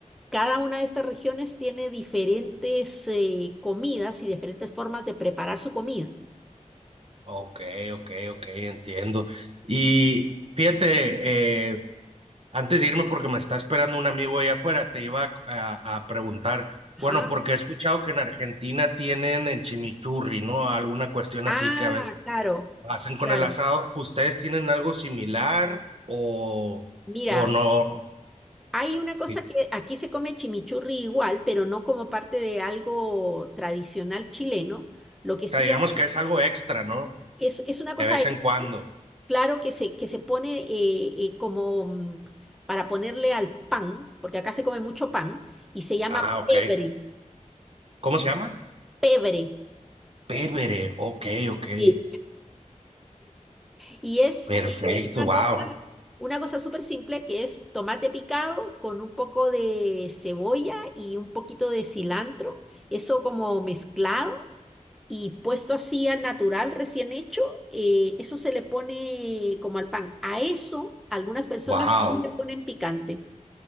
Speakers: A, in the centre; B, on the right.
A: cada una de estas regiones tiene diferentes eh, comidas y diferentes formas de preparar su comida.
B: Ok, ok, ok, entiendo. Y fíjate, eh, Antes de irme, porque me está esperando un amigo allá afuera, te iba a, a- a preguntar,
A: Ajá.
B: bueno, porque he escuchado que en Argentina tienen el chimichurri, ¿no? Alguna cuestión
A: Ah,
B: así que a veces
A: claro,
B: hacen con
A: claro.
B: el asado. ¿Ustedes tienen algo similar o,
A: Mira,
B: o no?
A: hay una cosa
B: Sí.
A: que aquí se come chimichurri igual, pero no como parte de algo tradicional chileno. Lo que
B: O
A: sí
B: sea, digamos
A: hay
B: que es algo extra, ¿no?
A: es, es una cosa
B: De vez en cuando.
A: claro que se, que se pone eh, eh, como mm, para ponerle al pan, porque acá se come mucho pan, y se llama
B: Ah, ok.
A: pebre,
B: ¿Cómo se llama?
A: pebre.
B: Pevere. Ok, ok.
A: sí. Y es
B: Perfecto,
A: eh, una
B: wow,
A: cosa, una cosa súper simple que es tomate picado con un poco de cebolla y un poquito de cilantro, eso como mezclado. Y puesto así al natural, recién hecho, eh, eso se le pone como al pan. A eso algunas personas
B: wow.
A: sí le ponen picante.